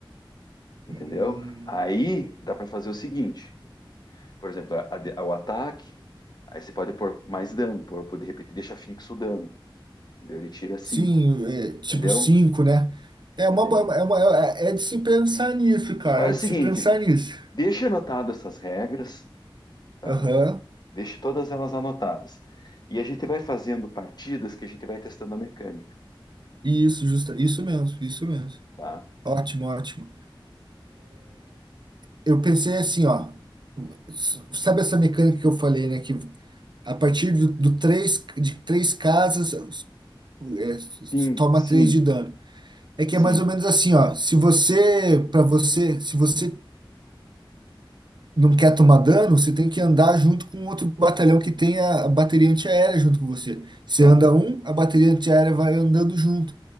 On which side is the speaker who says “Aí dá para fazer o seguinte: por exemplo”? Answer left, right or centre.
Left